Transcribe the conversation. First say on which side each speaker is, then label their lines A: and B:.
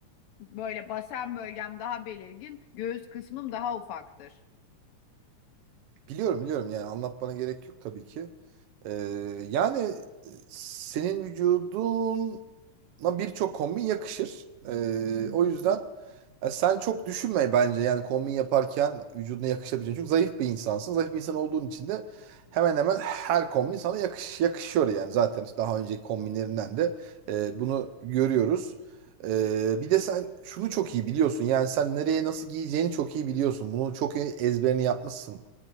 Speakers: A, on the left; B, on the right.
A: böyle basen bölgem daha belirgin, göğüs kısmım daha ufaktır.
B: Biliyorum biliyorum yani anlatmana gerek yok tabii ki. Ee, yani e, senin vücuduna birçok kombin yakışır. Ee, o yüzden e, sen çok düşünme bence yani kombin yaparken vücuduna yakışabileceğini. Çünkü zayıf bir insansın. Zayıf bir insan olduğun için de hemen hemen her kombin sana yakış, yakışıyor yani. Zaten işte daha önceki kombinlerinden de e, bunu görüyoruz. Ee, bir de sen şunu çok iyi biliyorsun. Yani sen nereye nasıl giyeceğini çok iyi biliyorsun. Bunu çok iyi ezberini yapmışsın.